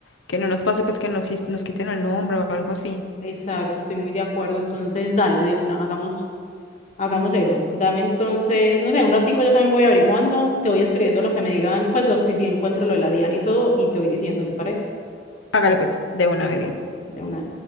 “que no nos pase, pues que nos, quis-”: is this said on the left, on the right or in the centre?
Left